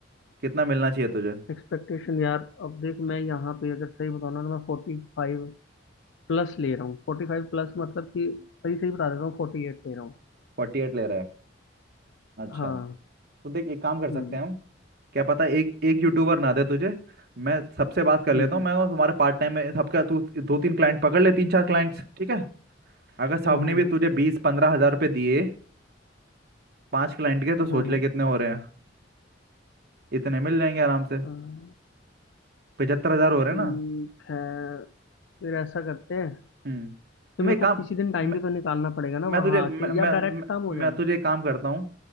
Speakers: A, on the right (about 55°); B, on the left (about 70°).
A: कितना मिलना चाहिए तुझे
B: एक्सपेक्टेशन यार अब देख मैं यहाँ पे अगर सही बताऊँ ना मैं फोर्टी फाइव प्लस ले रहा हूँ फोर्टी फाइव प्लस मतलब कि सही सही बता देता हूँ फोर्टी एट ले रहा हूँ
A: फोर्टी एट ले रहा है अच्छा
B: हाँ
A: तो देख एक काम कर सकते
B: हम्म
A: हैं हम क्या पता एक एक यूट्यूबर ना दे तुझे मैं सबसे बात कर लेता
B: हम्म
A: हूँ मैं और तुम्हारे पार्ट टाइम में सबका तू दो तीन क्लाइंट पकड़ ले तीन चार क्लाइंट्स ठीक है अगर
B: हम्म
A: सबने
B: हम्म
A: भी तुझे बीस पंद्रह हजार रुपये दिए पांच क्लाइंट के तो
B: हम्म
A: सोच
B: हम्म,
A: ले कितने हो रहे हैं इतने मिल जाएंगे आराम से
B: हम्म,
A: पचहत्तर हजार हो
B: ठीक
A: रहे हैं ना
B: है फिर ऐसा करते हैं
A: हम्म
B: तो मेरे
A: मैं काम
B: को किसी दिन टाइम
A: मैं
B: भी तो निकालना पड़ेगा ना
A: मैं
B: वहां
A: तुझे मैं
B: आके
A: मैं
B: या
A: मैं
B: डायरेक्ट काम हो जाएगा
A: मैं तुझे एक काम करता हूँ